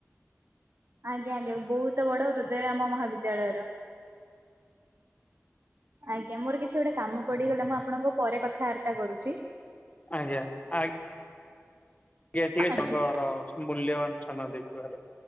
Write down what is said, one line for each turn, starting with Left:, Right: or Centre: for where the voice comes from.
Right: ଆଜ୍ଞା ଆଜ୍ଞା ବହୁତ ବଡ ହୃଦୟାମ ମହାବିଦ୍ୟାଳୟର। ଆଜ୍ଞା ମୋର କିଛି ଗୋଟେ କାମ ପଡିଗଲା ମୁଁ ଆପଣଙ୍କ ପରେ କଥାବାର୍ତ୍ତା କରୁଛି।
Left: ଆଜ୍ଞା ଆଙ୍ଗ ଟିକେ ଟିକେ
Right: ଆଜ୍ଞା।
Left: ଚଙ୍କର ମୂଲ୍ୟବାନ ସମୟ ଦେଇଥିବାର।